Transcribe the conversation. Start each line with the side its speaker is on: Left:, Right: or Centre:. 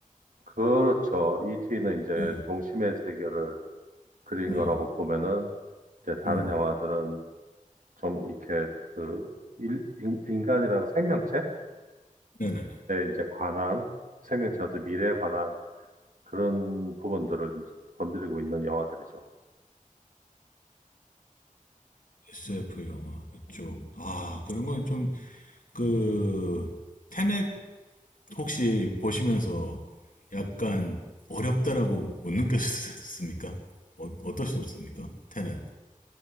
Right: 그렇죠. 이티는 이제
Left: 네,
Right: 동심의 세계를 그린
Left: 네,
Right: 거라고 보면은, 이제 다른
Left: 음,
Right: 영화들은 좀 이렇게 그 일, 인, 인간이라는 생명체에
Left: 네네네.
Right: 이제 관한, 생명체 어떤 미래에 관한 그런 부분들을 이제 건드리고 있는 영화들이죠.
Left: SF 영화 그쪽. 아, 그런 건 좀, 그, 테넷 혹시 보시면서 약간 어렵다라고 못 느꼈습니까? 어, 어떠셨습니까? 테넷.